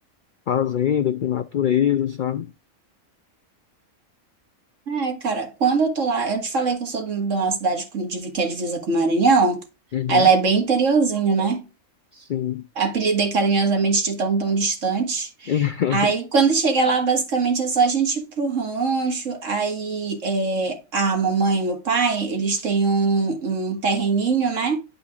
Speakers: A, on the left (about 75°); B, on the right (about 65°).
A: fazenda, com natureza, sabe?
B: É, cara, quando eu tô lá, eu te falei que eu sou de de uma cidade com- de- que é divisa com o Maranhão.
A: Uhum.
B: Ela é bem interiorzinho, né?
A: Sim.
B: apelidei carinhosamente de tão tão distante.
A: <laughs>
B: Aí, quando chega lá, basicamente é só a gente ir pro rancho. Aí, é, a mamãe e meu pai, eles têm um, um terreninho, né?